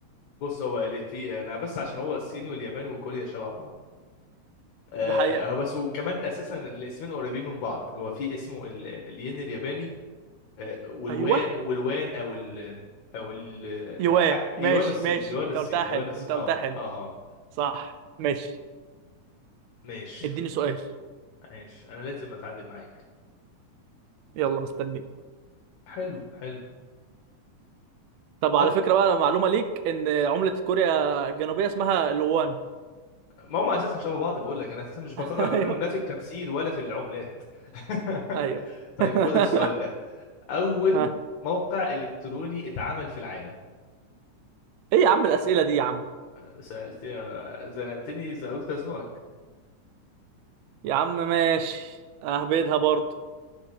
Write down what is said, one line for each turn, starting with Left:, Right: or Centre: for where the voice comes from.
Left: بص هو اللي في انا بس عشان هو الصين واليابان وكوريا شبه بعض آه،
Right: ده حقيقه
Left: هو بس وكمان اساسا الاسمين قريبين من بعض هو في اسمه ال- الين الياباني آه، والوان
Right: ايوه
Left: والوان او ال او ال
Right: يوان
Left: آه، ح-
Right: ماشي
Left: يوان الصيني
Right: ماشي
Left: اليوان
Right: انت
Left: الصيني
Right: قلتها حلو
Left: اليوان الصيني
Right: انت قلتها
Left: اه
Right: حلو
Left: اه اه
Right: صح ماشي
Left: ماشي
Right: اديني سؤال
Left: ماشي انا لازم اتعادل معاك
Right: يلا مستنيك
Left: حلو حلو
Right: طب على
Left: أج...
Right: فكره بقى معلومه ليك ان عمله كوريا الجنوبيه اسمها الوان
Left: ما هم اساسا شبه بعض بقول لك انا اساسا مش بفرق
Right: <laughs>
Left: ما
Right: ايوه
Left: بينهم لا في التمثيل ولا في العملات <laughs>
Right: ايوه
Left: طيب
Right: <laughs>
Left: خد السؤال ده اول
Right: ها.
Left: موقع الكتروني اتعمل في العالم
Right: ايه يا عم الاسئله دي يا عم
Left: آه، سالت آه، زنقتني إذا قلت ازنقك
Right: يا عم ماشي اهبدها برضه